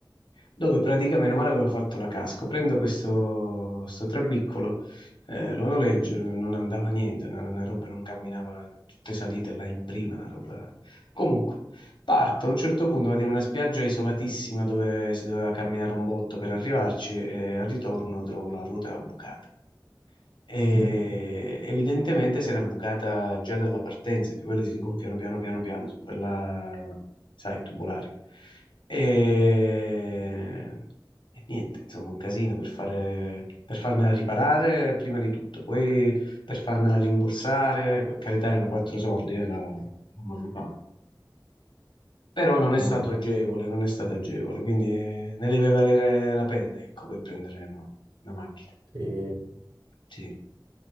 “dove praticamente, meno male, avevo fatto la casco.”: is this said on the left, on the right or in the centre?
Left